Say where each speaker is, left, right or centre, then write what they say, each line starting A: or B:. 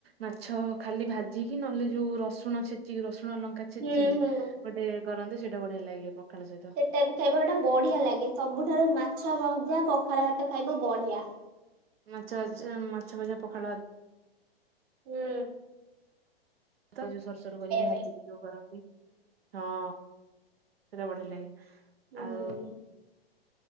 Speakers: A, on the right; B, on the right.
A: ମାଛ ଖାଲି ଭାଜିକି ନହେଲେ ଯୋଉ ରସୁଣ ଛେଚିକି ରସୁଣ ଅ ଲଙ୍କା ଛେଚିକି
B: ହୁଁ ହୁଁ।
A: ଗୋଟେ କରନ୍ତି ସେଇଟା ବଢିଆ ଲାଗେ ପଖାଳ ସହିତ
B: ଖାଇବା ଗୋଟା ବଢିଆ ଲାଗେ ସବୁଠାରୁ ମାଛ ଭଜା ପଖାଳ ଭାତ ଖାଇବ ବଢିଆ।
A: ମାଛ ମାଛ ଭଜା ପଖାଳ
B: ହୁଁ
A: ଯୋଉ ସରୁ ସରୁ କରିକି
B: ପାଇଁ
A: ଭାଜିିକି ଯୋଉ କରନ୍ତି ହଁ। ସେଟା ପଡ଼ିଲେ ଲାଗେ,
B: ହୁଁ,
A: ଆଉ